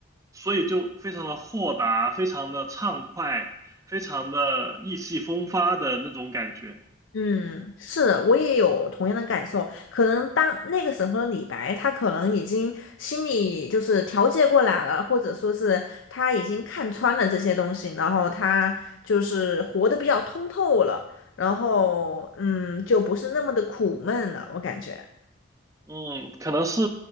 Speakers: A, on the right; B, on the left.
A: 所以就非常的豁达，非常的畅快，非常的意气风发的那种感觉。
B: 嗯，是的我也有同样的感受。可能当那个时候的李白，他可能已经心里就是调节过来了，或者说是他已经看穿了这些东西，然后他就是活得比较通透了，然后嗯，就不是那么的苦闷了，我感觉。
A: 嗯，可能是